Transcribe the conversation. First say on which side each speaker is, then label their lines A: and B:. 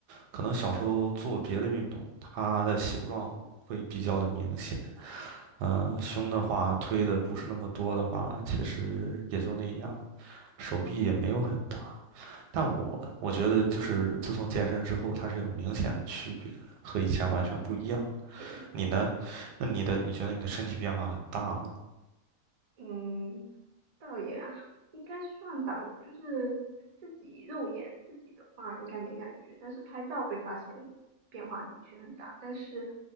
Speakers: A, on the right (about 80°); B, on the right (about 65°).
A: 可能小时候做别的运动，它的形状会比较的明显。呃，胸的话推的不是那么多的话，其实也就那样，手臂也没有很大。但我我觉得就是自从健身之后，它是有明显的区别的和以前完全不一样。
B: 嗯。对，
A: 你呢？那你的你觉得你的身体变化很大吗？
B: 嗯，倒也啊应该算吧。就是自己肉眼自己的话，应该没感觉，但是拍照会发现变化的确很大。但是